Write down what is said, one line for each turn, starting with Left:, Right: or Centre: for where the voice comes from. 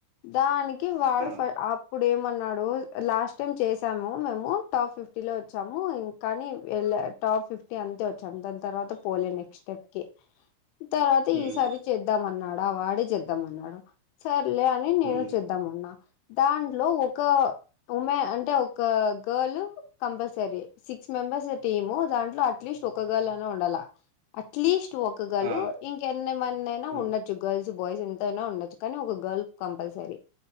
Left: దానికి వాడు
Right: ఆ
Left: అప్పుడు ఏమన్నా న్నడూ లాస్ట్ టైమ్ చేసాము మేము టాప్ ఫిఫ్టీ లో వచ్చాము ఇంకా కానీ టాప్ టాప్ ఫిఫ్టీ అంతే వచ్చాం దాని తర్వాత పోలే నెక్స్ట్ స్టెప్ కి తర్వాత
Right: హ్మ్
Left: ఈసారి చేద్దాం అన్నాడు వాడే చేద్దామన్నాడు సర్లే అని
Right: హ్మ్
Left: నేను చేద్దామన్నా దాంట్లో ఒక ఉమెన్ అంటే ఒక girl compulsory six members team దాంట్లో అట్లీస్ట్ ఒక గర్ల్ ఉండాల అట్లీస్ట్ ఒక గర్ల్
Right: ఆ
Left: ఇంకెన్నమన్నయినా
Right: ఉమ్
Left: ఉండొచ్చు గర్ల్స్ బాయ్స్ ఎంతనా ఉండొచ్చు కానీ ఒక గర్ల్ కంపల్సరీ